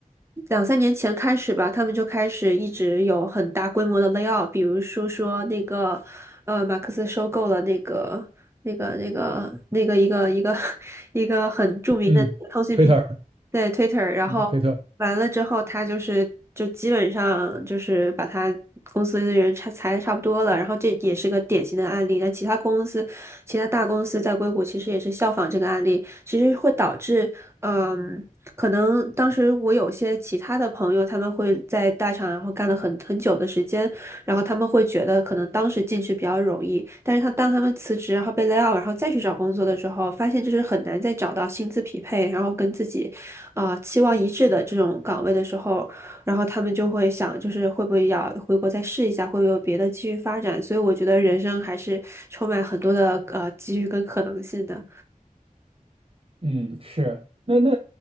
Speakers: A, on the right; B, on the right.
A: 两三年前开始吧，他们就开始一直有很大规模的 layoff，比如说说那个呃，马克思收购了那个那个那个那个一个一个 <laughs> 一个很著名的通讯平
B: 嗯，推特儿，
A: 台，对 Twitter，然后。
B: 嗯，推特。
A: 完了之后，他就是就基本上就是把他公司的人差裁的差不多了，然后这也是个典型的案例。那其他公司、其他大公司在硅谷其实也是效仿这个案例，其实会导致，嗯，可能当时我有些其他的朋友，他们会在大厂然后干了很很久的时间，然后他们会觉得可能当时进去比较容易，但是他当他们辞职然后被 lay out，然后再去找工作的时候，发现就是很难再找到薪资匹配，然后跟自己。啊，期望一致的这种岗位的时候，然后他们就会想，就是会不会要回国再试一下，会不会有别的继续发展？所以我觉得人生还是充满很多的呃机遇跟可能性的。
B: 嗯，是，那那